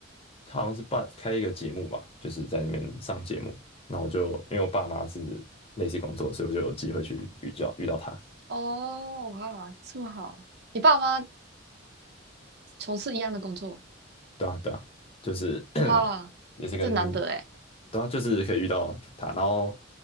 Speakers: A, on the left; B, on the right.
A: 他好像是办开一个节目吧，就是在那边上节目。那我就因为我爸妈是类似工作，所以我就有机会去遇到遇到他。
B: 哦，哇，这么好！你爸妈从事一样的工作，
A: 对啊，对啊，就是 <clears throat>
B: 哇，
A: 也是跟，
B: 这难得哎，
A: 对啊，就是可以遇到他，然后